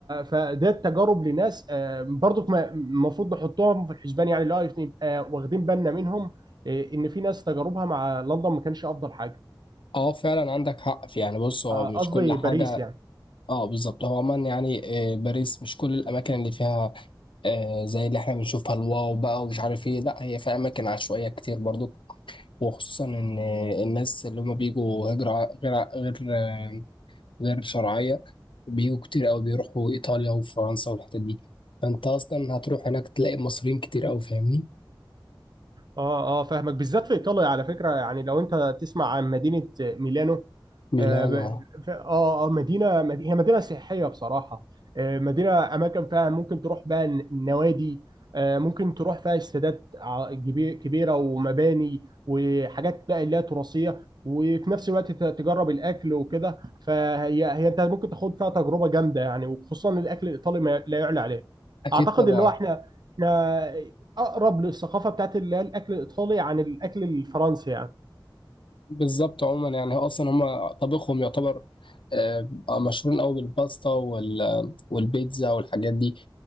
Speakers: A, on the right; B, on the left.
A: فده التجارب لناس آه، برضك ما- المفروض نحطهم في الحسبان يعني اللي هو نبقى واخدين بالنا منهم آه، ان في ناس تجاربها مع لندن ما كانش افضل حاجه
B: اه فعلا عندك حق في يعني بص هو
A: آه،
B: مش
A: قصدي
B: كل حاجه
A: باريس يعني
B: اه بالظبط هو عموما يعني آه، باريس مش كل الاماكن اللي فيها آه، زي اللي احنا بنشوفها الواو بقى ومش عارف ايه لا هي فيها اماكن عشوائيه كتير برضو وخصوصا ان آه، الناس اللي هم بيجوا هجره غير غير آه، غير شرعيه بيجوا كتير قوي بيروحوا ايطاليا وفرنسا والحتت دي فانت اصلا هتروح هناك تلاقي مصريين كتير قوي فاهمني
A: اه اه فاهمك بالذات في ايطاليا على فكره يعني لو انت تسمع عن مدينه ميلانو
B: ميلانو
A: اه ب- ف- اه آه، مدينه مد- هي مدينه سياحيه بصراحه آه، مدينه اماكن فيها ممكن تروح بقى الن- النوادي آه، ممكن تروح فيها استادات ع- كبي- كبيره ومباني وحاجات بقى اللي هي تراثيه وفي نفس الوقت ت- تجرب الاكل وكده فهي هي انت ممكن تاخد فيها تجربه جامده يعني وخصوصا الاكل الايطالي ما لا يعلى عليه
B: اكيد
A: اعتقد
B: طبعا
A: اللي هو احنا احنا اقرب للثقافه بتاعت اللي هي الاكل الايطالي عن الاكل الفرنسي يعني
B: بالظبط عموما يعني هو اصلا هم طبخهم يعتبر آه، مشهورين قوي بالباستا وال- والبيتزا والحاجات دي